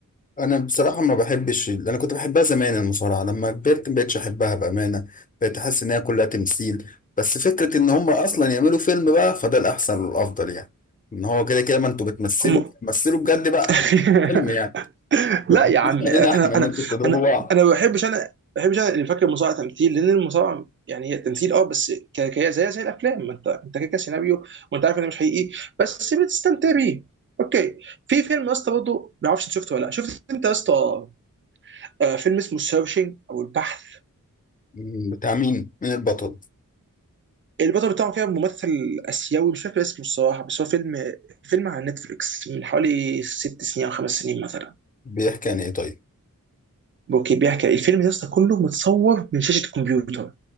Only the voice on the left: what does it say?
انا بصراحه ما بحبش انا كنت بحبها زمان المصارعه لما كبرت ما بقتش احبها بامانه بقيت احس ان هي كلها تمثيل بس فكره ان هم اصلا يعملوا فيلم بقى فده الاحسن والافضل يعني ان هو كده كده ما انتوا بتمثلوا
بتمثلوا بجد بقى
فيلم يعني
ما تحكيش
علينا
احنا ان
انتوا بتضربوا
بعض
مم، بتاع مين مين البطل
بيحكي عن ايه طيب